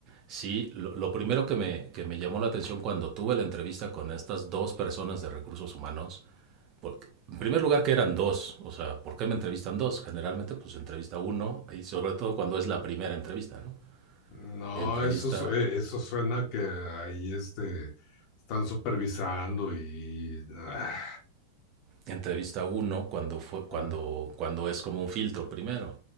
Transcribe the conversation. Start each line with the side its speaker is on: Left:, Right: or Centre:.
Right: sí, lo, lo primero que me, que me llamó la atención cuando tuve la entrevista con estas dos personas de recursos humanos, porque, en primer lugar que eran dos, o sea, ¿por qué me entrevistan dos? Generalmente pues entrevista uno, y sobre todo cuando es la primera entrevista, ¿no?
Left: No,
Right: Entrevista
Left: eso, su- eh, eso suena que ahí este, están supervisando y... ah,
Right: entrevista uno cuando, fue, cuando,
Left: ah.
Right: cuando es como un filtro primero,